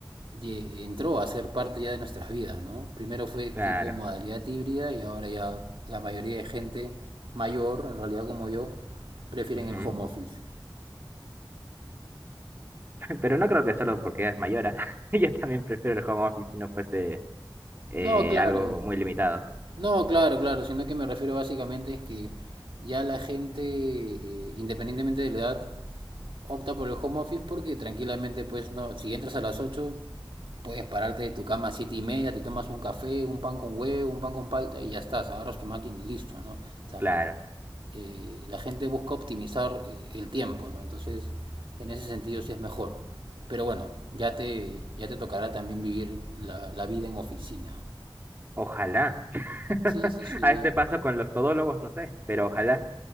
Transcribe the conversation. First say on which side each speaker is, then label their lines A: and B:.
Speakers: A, on the right; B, on the right.
A: ye- entró a ser parte ya de nuestras vidas, ¿no? Primero fue tipo
B: Claro.
A: modalidad híbrida y ahora ya la mayoría de gente mayor, en realidad como yo, prefieren
B: Ujú.
A: el home office.
B: <laughs> Pero no creo que solo porque ella es mayora. <laughs> Yo también prefiero el home office si no fuese eh,
A: No, claro.
B: algo muy limitado.
A: No, claro, claro, sino que me refiero básicamente es que ya la gente, eh, independientemente de la edad, opta por el home office porque tranquilamente, pues no, si entras a las 8 puedes pararte de tu cama a 7 y media, te tomas un café, un pan con huevo, un pan con palta y ya estás, agarras tu máquina y listo, ¿no? O sea,
B: Claro.
A: eh, la gente busca optimizar eh, el tiempo, ¿no? Entonces, en ese sentido sí es mejor. Pero bueno, ya te, ya te tocará también vivir la, la vida en oficina.
B: Ojalá. <laughs>
A: Sí, sí, sí.
B: A este paso con los todólogos, no sé, pero ojalá.